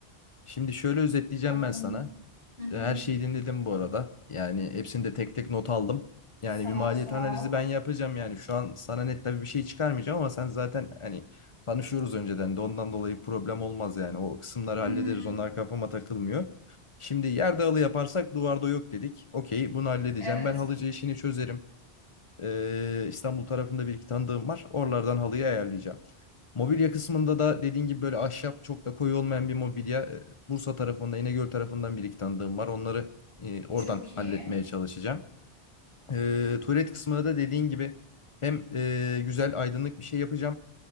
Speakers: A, on the left (about 30°); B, on the left (about 65°).
A: şimdi şöyle özetleyeceğim
B: aklımda.
A: ben sana.
B: Hı hı.
A: Her şeyi dinledim bu arada. Yani hepsini de tek tek not aldım. Yani
B: Sağ
A: bir maliyet
B: ol, sağ
A: analizi
B: ol.
A: ben yapacağım yani. Şu an sana net tabii bir şey çıkarmayacağım ama sen zaten hani tanışıyoruz önceden de ondan dolayı problem olmaz yani. O kısımları
B: Hı
A: hallederiz.
B: hı.
A: Onlar kafama takılmıyor. Şimdi yerde halı yaparsak duvarda yok dedik. Okey bunu halledeceğim.
B: Evet.
A: Ben halıcı işini çözerim. Ee, İstanbul tarafında bir iki tanıdığım var. Oralardan halıyı ayarlayacağım. Mobilya kısmında da dediğin gibi böyle ahşap çok da koyu olmayan bir mobilya. e, Bursa tarafında, İnegöl tarafından bir iki tanıdığım var. Onları e, oradan
B: Çok iyi.
A: halletmeye çalışacağım. E, tuvalet kısmında da dediğin gibi hem e, güzel aydınlık bir şey yapacağım.